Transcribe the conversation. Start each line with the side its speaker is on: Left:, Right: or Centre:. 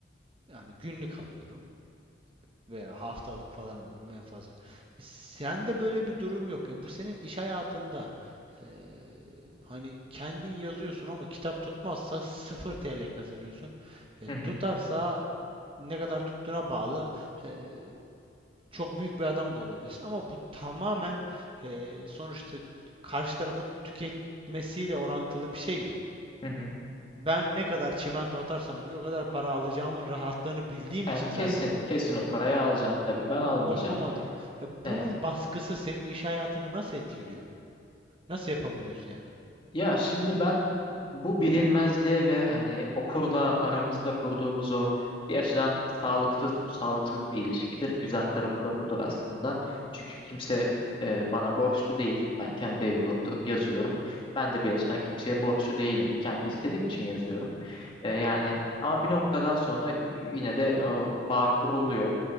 Right: Yani günlük alıyorum. veya haftalık falan olurum en fazla. E, Sende böyle bir durum yok. E, bu senin iş hayatında e, hani kendin yazıyorsun ama kitap tutmazsa 0 TL kazanıyorsun. E,
Left: hı
Right: tutarsa
Left: hı,
Right: ne kadar tuttuğuna bağlı. E, çok büyük bir adam da olabilirsin ama bu tamamen e, sonuçta karşı tarafın tüketmesiyle orantılı bir şey ya.
Left: hı hı.
Right: Ben ne kadar çimento atarsam buraya o kadar para alacağımın rahatlığını bildiğim
Left: Sen
Right: için zaten
Left: kesin, kesin o parayı
Right: o,
Left: alacaksın tabii. Ben almayacağım.
Right: Okumadım. E,
Left: Evet.
Right: bunun baskısı senin iş hayatını nasıl etkiliyor? Nasıl yapabiliyorsun yani?
Left: Ya şimdi ben bu bilinmezliğe ve hani okurla aramızda kurduğumuz o bir açıdan sağlıksız, bu sağlıksız bir ilişkidir. Güzel tarafı da budur aslında. Çünkü kimse e, bana borçlu değil. Ben kendi evimde oturup yazıyorum. Ben de bir açıdan kimseye borçlu değilim. Kendi istediğim için yazıyorum. E, yani
Right: Hı hı,
Left: ama bir noktadan sonra yine de o bağ kuruluyor.